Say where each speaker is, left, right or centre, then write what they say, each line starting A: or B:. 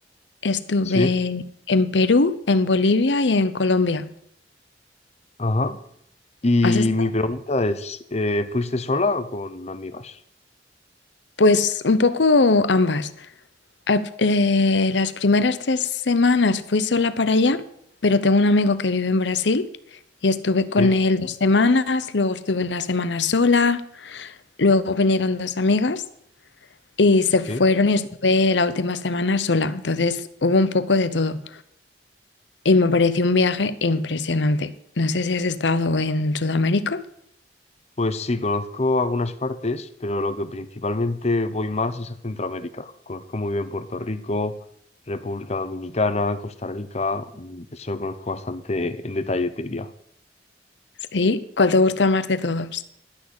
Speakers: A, on the left; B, on the left.
A: estuve
B: Sí.
A: en Perú, en Bolivia y en Colombia.
B: Ajá. Y
A: ¿Has estado?
B: mi pregunta es, eh, ¿fuiste sola o con amigas?
A: Pues un poco ambas. Al- eh, las primeras tres semanas fui sola para allá, pero tengo un amigo que vive en Brasil y estuve
B: Sí,
A: con él dos semanas, luego estuve una semana sola, luego vinieron dos amigas y se fueron
B: sí.
A: y estuve la última semana sola. Entonces hubo un poco de todo y me pareció un viaje impresionante. No sé si has estado en Sudamérica.
B: Pues sí, conozco algunas partes, pero lo que principalmente voy más es a Centroamérica. Conozco muy bien Puerto Rico, República Dominicana, Costa Rica, mm, eso lo conozco bastante en detalle, te diría.
A: Sí, ¿cuál te gusta más de todos?